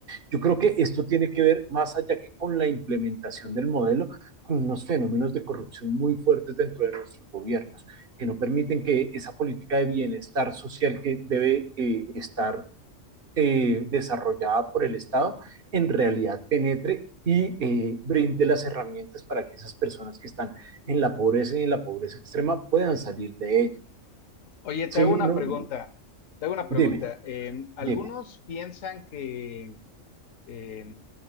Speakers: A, on the right (about 45°); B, on the left (about 80°).
A: Yo creo que esto tiene que ver más allá que con la implementación del modelo, con unos fenómenos de corrupción muy fuertes dentro de nuestros gobiernos, que no permiten que esa política de bienestar social que debe eh, estar eh, desarrollada por el Estado en realidad penetre y eh, brinde las herramientas para que esas personas que están en la pobreza y en la pobreza extrema puedan salir de ella.
B: Oye,
A: Sí,
B: te hago una
A: no,
B: pregunta.
A: no.
B: Te hago una
A: dime,
B: pregunta. Eh, algunos
A: dime.
B: piensan que eh,